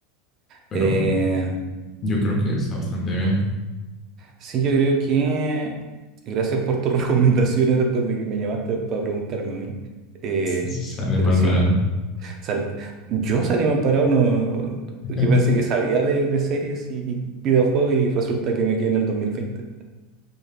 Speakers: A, on the left; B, on the right.
A: Pero
B: Eh,
A: yo creo que está bastante bien.
B: Sí, yo creo que gracias por tus <laughs> recomendaciones después de que me llamaste para preguntarme a mí. Eh,
A: S- Sale
B: pero
A: mal
B: sí,
A: parado.
B: sal- yo salí mal parado, no,
A: <laughs>
B: yo pensé que sabía de, de series y videojuegos y resulta que me quedé en el 2020.